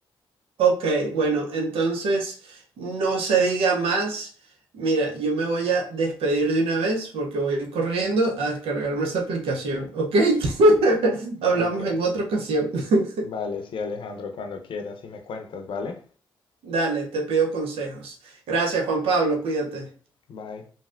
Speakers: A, on the right; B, on the left.
A: Ok, bueno, entonces no se diga más. Mira, yo me voy a despedir de una vez porque voy corriendo a descargarme esa aplicación, ¿ok? <laughs> Hablamos
B: Ok,
A: en otra ocasión. <laughs>
B: vale, sí Alejandro, cuando quieras y me cuentas, ¿vale?
A: Dale, te pido consejos. Gracias, Juan Pablo, cuídate.
B: Bye.